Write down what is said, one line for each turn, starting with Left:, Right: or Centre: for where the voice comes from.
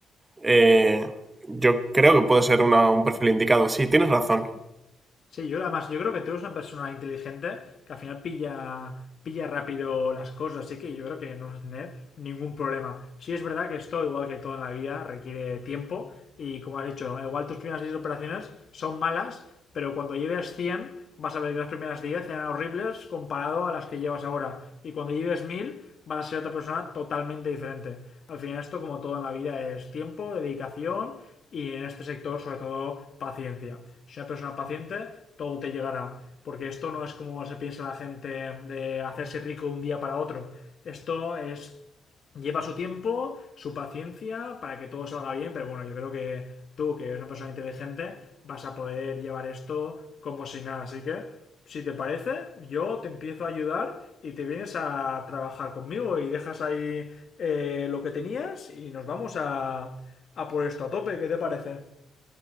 Right: eh, yo creo que puede ser una- un perfil indicado. Sí, tienes razón.
Left: Sí, yo además, yo creo que tú eres una persona inteligente que al final pilla, pilla rápido las cosas, así que yo creo que no vas a tener ningún problema. Sí es verdad que esto, igual que todo en la vida, requiere tiempo y como has dicho, igual tus primeras 10 operaciones son malas, pero cuando lleves 100 vas a ver que las primeras 10 eran horribles comparado a las que llevas ahora y cuando lleves 1000 vas a ser otra persona totalmente diferente. Al final esto, como todo en la vida, es tiempo, dedicación y en este sector, sobre todo, paciencia. Si una persona paciente, todo te llegará, porque esto no es como se piensa la gente de hacerse rico un día para otro. Esto es lleva su tiempo, su paciencia para que todo salga bien, pero bueno, yo creo que tú, que eres una persona inteligente, vas a poder llevar esto como si nada. Así que, si te parece, yo te empiezo a ayudar y te vienes a trabajar conmigo y dejas ahí eh, lo que tenías y nos vamos a, a por esto a tope. ¿Qué te parece?